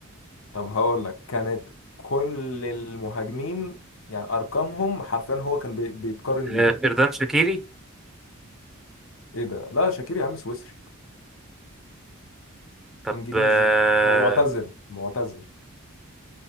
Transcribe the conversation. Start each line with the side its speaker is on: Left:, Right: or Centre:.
Left: طب هقول لك كانت كل المهاجمين يعني ارقامهم حرفيا هو كان بي- بيتقارن
Centre: أه
Left: بيهم
Centre: فردان شاكيري
Left: ايه ده لا شاكير يا عم سويسري
Centre: طب
Left: انجليزي
Centre: أه
Left: هو معتزل معتزل